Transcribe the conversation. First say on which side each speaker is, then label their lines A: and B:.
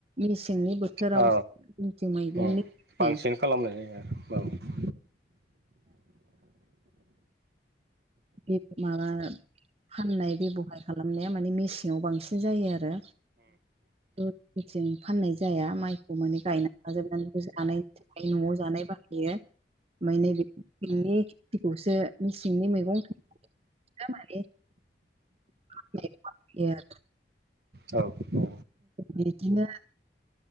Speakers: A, on the right; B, on the right.
A: मेसेंनि बोथोराव
B: औ
A: जोंथिं मैगंनि
B: उम
A: खेथि।
B: बांसिन खालामनाय जायो औ
A: बे माबा फाननाय बेबहार खालामनाया माने मेसेङाव बांसिन जायो आरो। <inaudible> थिं फाननाय जाया माइ माने गायना लाजोबनानै जानायनि न'आव जानाय बाहायो ओमफाय नैबे मेसेंनि खेथिखौसो मेसेंनि मैगं <unintelligible>
B: औ औ
A: बिदिनो